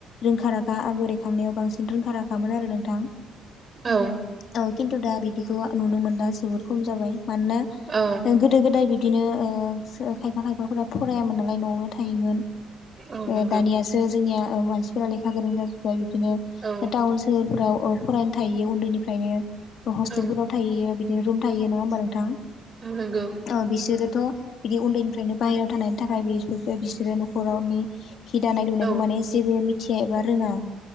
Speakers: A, on the left; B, on the right.
A: रोंखा राखा आगर एरखांनायाव बांसिन रोंखा राखामोन आरो नोंथां।
B: औ।
A: औ खिन्थु दा बिदिखौ नुनो मोना जोबोर खम जाबाय मानोना
B: औ
A: गोदो गोदाय बि बिदिनो ओ खायफा खायफाफोरा फरायामोन नालाय न'आवनो थायोमोन।
B: औ
A: ओ
B: नंगौ
A: दानियासो जोंनिया मानसिफोरा लेखा गोरों जाजोबबाय बिदि बिदिनो
B: औ
A: टाउन सोहोरफोराव औ फरायनो थायो उन्दैनिफ्रायनो। हस्टेलफोराव
B: औ
A: थायो बिदिनो रुम थायो नङा होमबा नोंथां।
B: नंगौ
A: ओ बिसोरो थ' बिदि उन्दैनिफ्रायनो बाहेरायाव थानायनि थाखाय बिसोर बिसोरो न'खरावनि हि दानाय लुनायखौ
B: औ
A: माने जेबो मिथिया एबा रोङा।